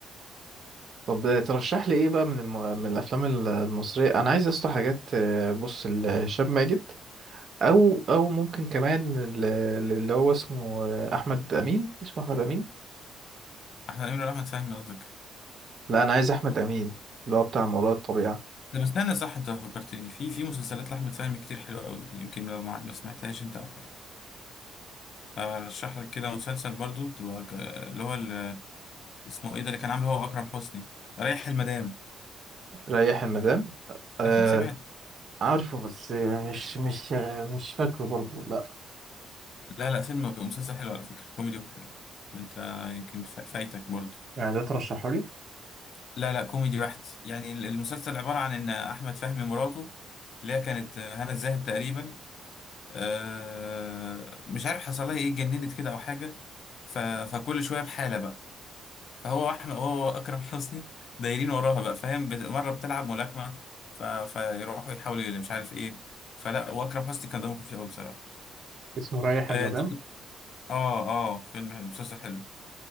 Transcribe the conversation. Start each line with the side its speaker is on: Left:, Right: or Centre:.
Right: طب ترشح لي ايه بقى من الم... من الافلام المصريه انا عايز اسطح حاجات آه، بص لهشام ماجد او او ممكن كمان ال- اللي هو اسمه آه، احمد امين اسمه احمد امين
Left: أحمد أمين ولا أحمد فهمي قصدك
Right: لا انا عايز احمد امين اللي هو بتاع ما وراء الطبيعه
Left: طب استنى صح انت فكرتني في في مسلسلات لاحمد فهمي كتير حلوه قوي يمكن لو ما ما سمعتهاش انت او حاجه ارشح لك كده مسلسل برضو تبقى ك- اللي هو ال- اسمه ايه ده اللي كان عامله هو واكرم حسني رايح المدام
Right: ريح المدام آه
Left: اكيد سمعت
Right: عارفه بس مش مش مش فاكره برضه لا
Left: لا لا فيلم مسلسل حلو على فكره كوميدي وحلو انت يمكن فا- فايتك برضو
Right: يعني ده ترشحه لي
Left: لا لا كوميدي بحت يعني ال- المسلسل عباره عن ان احمد فهمي مراته اللي هي كانت هنا الزاهد تقريبا آه، مش عارف حصل لها ايه اتجننت كده او حاجه ف... فكل شويه بحاله بقى فهو واحمد هو اكرم حسني دايرين وراها بقى فاهم بت- مره بتلعب ملاكمه ف... فيروحوا يحاولوا اللي مش عارف ايه فلا واكرم حسني كان دمه خفيف قوي بصراحه
Right: اسمه ريح
Left: اه
Right: المدام
Left: تيك- اه آه، فيلم حلو مسلسل حلو